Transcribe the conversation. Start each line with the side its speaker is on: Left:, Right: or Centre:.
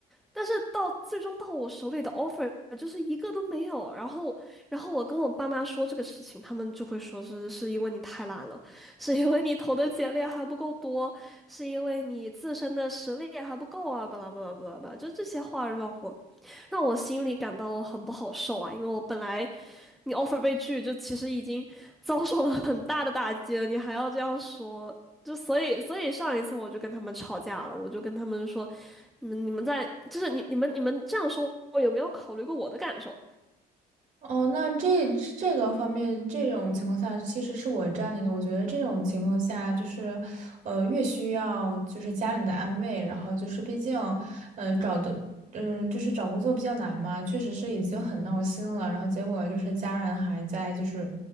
Centre: 但是到最终到我手里的 offer 就是一个都没有。然后然后我跟我爸妈说这个事情，他们就会说是是因为你太懒了，是因为你投的简历还不够多，是因为你自身的实力还不够啊，巴拉巴拉巴拉巴拉，就这些话让我让我心里感到很不好受啊，因为我本来。你 offer 被拒，就其实已经遭受了很大的打击了，你还要这样说，就所以所以上一次我就跟他们吵架了，我就跟他们说，你们你们在就是你你们你们这样说，我有没有考虑过我的感受？
Right: 哦，那这这个方面，这种情况下其实是我占理的。我觉得这种情况下，就是，呃，越需要就是家人的安慰，然后就是毕竟，嗯、找的嗯，就是找工作比较难嘛，确实是已经很闹心了，然后结果就是家人还在，就是